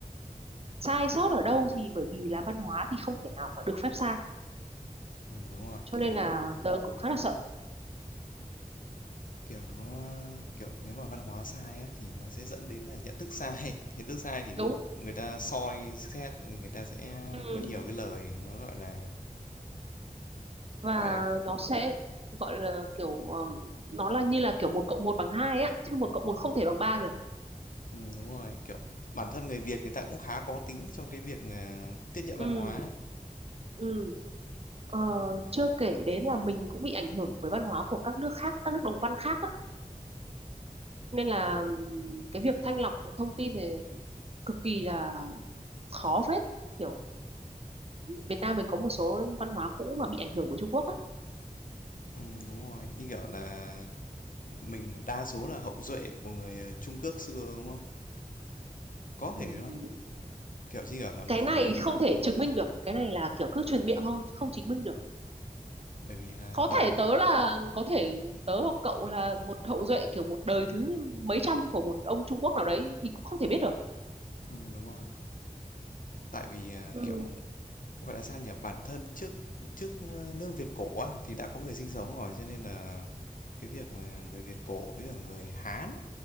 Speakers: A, on the right; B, on the left.
A: sai sót ở đâu thì bởi vì là văn hóa thì không thể nào mà được phép sai
B: Ừm, đúng rồi,
A: cho
B: kiểu,
A: nên là tớ cũng khá là sợ
B: kiểu, nó, kiểu, nếu mà văn hóa sai á thì nó sẽ dẫn đến là nhận thức sai. <laughs> Nhận thức sai thì
A: đúng
B: người ta soi xét, người ta sẽ
A: ừ.
B: có nhiều cái lời nó, gọi là,
A: và
B: gọi là
A: nó sẽ gọi là kiểu ờm, nó là như là kiểu một cộng một bằng hai á chứ một cộng một không thể bằng ba được
B: ừm, đúng rồi, kiểu, bản thân người Việt người ta cũng khá có tính trong cái việc, ờ, tiếp nhận
A: ừ.
B: văn hóa.
A: Ừ. Ờ, chưa kể đến là mình cũng bị ảnh hưởng bởi văn hóa của các nước khác các nước đồng văn khác á. nên là ừm, cái việc thanh lọc thông tin thì cực kỳ là khó phết kiểu Việt Nam mình có một số văn hóa cũ mà bị ảnh hưởng bởi Trung Quốc á
B: Ừm, đúng rồi, như kiểu là, mình đa số là hậu duệ của người, ờ, Trung Quốc xưa, đúng không? Có thể
A: Ừ.
B: đó, kiểu, chỉ kiểu là, một
A: cái
B: phần
A: này
B: để
A: không thể chứng minh được cái này là kiểu cứ truyền miệng thôi chứ không chứng minh được
B: bởi vì là
A: có
B: bản
A: thể tớ là có thể tớ hoặc cậu là một hậu duệ kiểu một đời thứ mấy trăm của một ông Trung Quốc nào đấy thì cũng không thể biết được
B: ừm, đúng rồi, tại vì, à,
A: ừ.
B: kiểu gọi là sao nhỉ bản thân trước trước ờ, nước Việt cổ á thì đã có người sinh sống rồi cho nên là cái việc mà người Việt cổ với cả người Hán